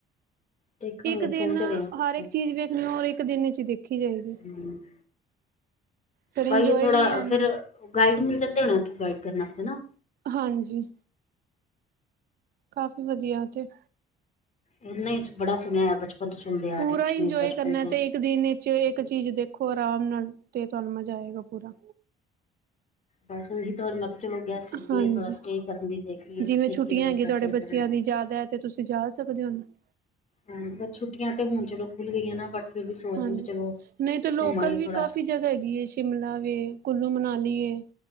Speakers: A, on the left (about 45°); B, on the right (about 65°).
A: ਦੇਖਾਂਗੇ
B: ਇੱਕ ਦਿਨ
A: ਸੋਚ ਰਹੇ ਹਾਂ ਕੁਛ
B: ਹਰ ਇੱਕ ਚੀਜ਼ ਵੇਖਣੀ ਹੋ। ਔਰ ਇੱਕ ਦਿਨ ਹੀ ਦੇਖੀ ਜਾਏਗੀ।
A: ਹਮ <inaudible>
B: ਫਿਰ
A: ਬਾਈ
B: ਇੰਜੋਏ
A: ਥੋੜਾ
B: ਵੀ ਨਹੀਂ ਆਉਣਾ।
A: ਫਿਰ ਗਾਈਡ ਮਿਲ ਜਾਂਦੇ ਹੋਣੇ, ਉੱਥੋਂ ਗਾਈਡ ਕਰਨ ਵਸਤੇ ਨਾ।
B: ਹਾਂਜੀ ਕਾਫੀ ਵਧੀਆ ਏ 'ਤੇ-
A: ਉਹਨਾਂ ਹੀ ਬੜਾ ਸੁਣਿਆ ਏ, ਬਚਪਨ ਤੋਂ ਸੁਣਦੇ ਆ
B: ਪੂਰਾ
A: ਰਹੇ
B: ਇੰਜੋਏ
A: ਬਚਪਨ
B: ਕਰਨਾ
A: ਤੋਂ-
B: ਤੇ ਇੱਕ ਦਿਨ ਵਿਚ ਇੱਕ ਚੀਜ਼ ਦੇਖੋ, ਆਰਾਮ ਨਾਲ 'ਤੇ ਤੁਹਾਨੂੰ ਮਜ਼ਾ ਆਏਗਾ ਪੂਰਾ।
A: ਬਸ ਉਹੀ ਤੁਹਾਨੂੰ ਮੈਂ ਕਿਹਾ ਚਲੋ ਗੈਸ ਮਿਲਦੀ
B: ਹਾਂਜੀ
A: ਏ। ਥੋੜਾ ਸਟੇ ਕਰਨ ਦੀ ਦੇਖ ਲਈਏ, ਕਿੱਥੇ
B: ਜਿਵੇਂ ਛੁੱਟੀਆਂ
A: ਸਟੇ
B: ਹੈਗੀ
A: ਫਸਲ
B: ਤੁਹਾਡੇ ਬੱਚਿਆਂ
A: ਤੋ ਬਾਅਦ -
B: ਦੀ ਜ਼ਿਆਦਾ ਹੈ 'ਤੇ ਤੁਸੀਂ ਜਾ ਸਕਦੇ ਹੋ, ਹੁਣ -
A: ਹਾਂ, ਬਸ ਛੁੱਟੀਆਂ 'ਤੇ ਹੁਣ ਚਲੋ, ਖੁੱਲ ਗਈਆਂ ਨਾ ਬਟ- ਫਿਰ ਵੀ ਸੋਚਦੇ
B: ਹਾਂਜੀ,
A: ਵੀ ਚਲੋ
B: ਨਹੀਂ ਤਾਂ ਲੋਕਲ
A: ਘੁੰਮ ਆਈਏ
B: ਵੀ
A: ਥੋੜਾ
B: ਕਾਫ਼ੀ ਜਗ੍ਹਾ ਹੈਗੀ ਏ। ਸ਼ਿਮਲਾ ਵੇ ਕੁੱਲੂ ਮਨਾਲੀ ਏ,